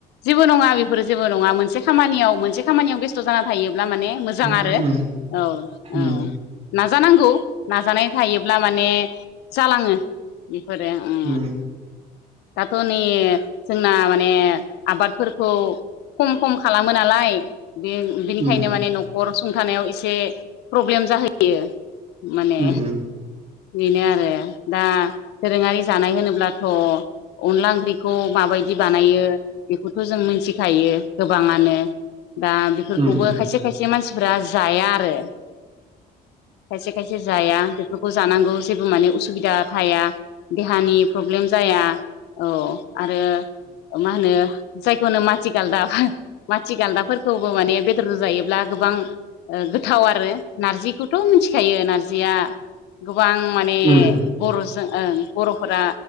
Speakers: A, on the left; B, on the right.
A: जेबो नङा बेफोरो जेबो नङा मोनसे खामानियाव मोनसे खामानियाव बेस्थ' जाना थायो माने मोजां
B: उम
A: आरो
B: उम
A: औ औ
B: उम
A: नाजानां खौ नाजानाय था ब्ला माने जालाङो बेफोरो ओ
B: उम
A: <unintelligible> ना माने आबादफोरखौ खम खम खालामो नालाय बे बिनिखायनो
B: उम
A: माने न'खर सुंथानायाव एसे प्रब्लेम जाहैयो माने
B: उम
A: बेनो आरो दा दोरोङारि जानाय होनोब्लाथ' अनला ओंख्रिखौ माबायदि बिदि बानायो बेखौथ' जों मिथिखायो गोबाङानो दा बेफोरखौबो
B: उम
A: खायसे खायसे मान फोरा जाया आरो खायसे खायसे जाया बेफोरखौ जानांगौ जेबो माने उसुबिदा थाया देहानि प्रब्लेम जाया औ आरो अ मा होनो जायखौ होनो माथि गालदा माथि गालदाफोरखौबो माने बेदरजो जायोब्ला गोबां गोथाव आरो नार्जिखौथ' मिथिखायो नार्जिया गोबां माने
B: उम उम
A: बर'जों ओं बर'फोरा